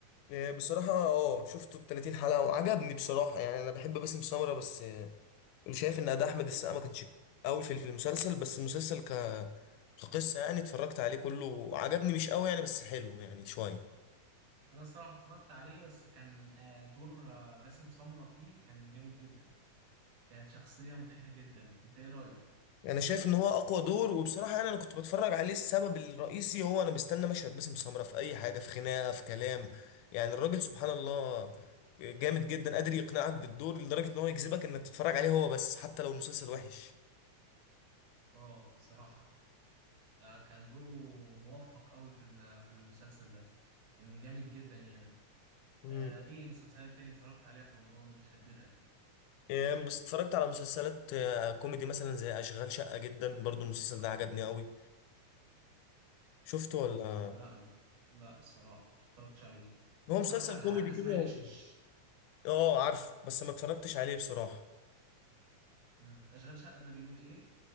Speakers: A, on the left; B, on the right.
A: إيه، بصراحة اه شفته ال 30 حلقة وعجبني بصراحة يعني انا بحب باسم سمرة بس آه، شايف ان اداء احمد السقا ما كانش قوي في في المسلسل بس المسلسل ك كقصة يعني اتفرجت عليه كله عجبني مش قوي يعني بس حلو يعني شوية
B: انا الصراحة اتفرجت عليه بس كان آه، دور آه، باسم سمرة فيه كان جامد جدا كانت شخصية مضحكة جدا انت ايه رأيك
A: انا شايف ان هو اقوى دور وبصراحه يعني انا كنت بتفرج عليه السبب الرئيسي هو انا مستني مشهد باسم سمره في اي حاجه في خناقه في كلام يعني الراجل سبحان الله جامد جدا قادر يقنعك بالدور لدرجه ان هو يجذبك انك تتفرج عليه هو بس حتى لو المسلسل وحش
B: اه صراحة آه، كان دوره موفق قوي في ال- في المسلسل ده كان جامد جدا يعني
A: امم
B: آه ايه مسلسلات تاني اتفرجت عليها في رمضان شدتك
A: يعني بس اتفرجت على مسلسلات آه، كوميدي مثلا زي اشغال شقه جدا برضو المسلسل ده عجبني قوي شفته ولا
B: آه لا لا الصراحة مش اتفرجتش عليه
A: هو مسلسل
B: اتفرجت على
A: كوميدي
B: حاجة اسمها
A: كده و-
B: ايش ايش
A: اه عارف بس ما اتفرجتش عليه بصراحه
B: مم. اشغال شقة ده بيقول ايه